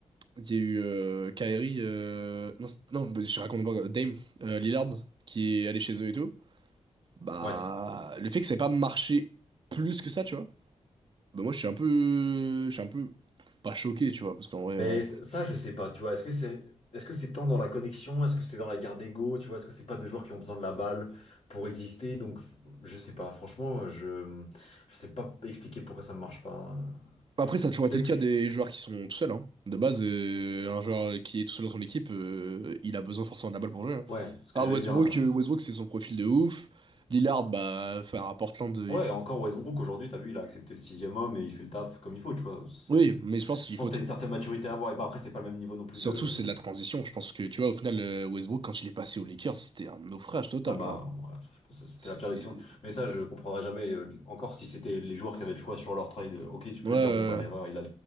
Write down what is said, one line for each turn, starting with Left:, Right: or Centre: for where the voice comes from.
Right: il y ait eu euh, Kyrie, euh, non, c'est- non, bah, je raconte pas, Dame, euh, Lillard, qui est allé chez eux et tout, bah,
Left: Ouais,
Right: le fait que ça ait pas marché plus que ça, tu vois, bah moi je suis un peu, je suis un peu pas choqué, tu vois, parce qu'en vrai,
Left: Mais
Right: euh,
Left: ça, je sais pas, tu vois. Est-ce que c'est est-ce que c'est tant dans la connexion? Est-ce que c'est dans la garde d'ego? Tu vois, est-ce que c'est pas deux joueurs qui ont besoin de la balle pour exister? Donc, f- je sais pas. Franchement, je je sais pas expliquer pourquoi ça ne marche pas.
Right: après ça a toujours
Left: Peut-être
Right: été le cas
Left: que
Right: des joueurs qui sont tout seuls, hein. De base, euh, un joueur qui est tout seul dans son équipe, euh, il a besoin forcément de la balle pour jouer, hein.
Left: ouais, ce que
Right: Regarde
Left: j'allais
Right: Westbrook,
Left: dire. euh,
Right: euh, Westbrook c'est son profil de ouf, Lillard, bah, enfin, à Portland,
Left: Ouais, encore Westbrook aujourd'hui, t'as vu, il a accepté le sixième homme et il fait le taf comme il faut, tu vois. C'est
Right: Oui, mais je pense qu'il
Left: je pense
Right: faut...
Left: que
Right: t-
Left: t'as une certaine maturité à avoir. Et bah après, c'est pas le même niveau non plus
Right: Surtout,
Left: de
Right: c'est de la transition. Je pense que, tu vois, au final, euh, Westbrook, quand il est passé aux Lakers, c'était un naufrage total,
Left: Ah bah,
Right: genre.
Left: ouais, ça, je pense que c'était
Right: C'était...
Left: la pire décision. Mais ça, je comprendrais jamais. euh, encore si c'était les joueurs qui avaient le choix sur leur trade, euh, ok, tu
Right: Ouais,
Left: peux
Right: euh...
Left: te dire, bon, bah, l'erreur, il a.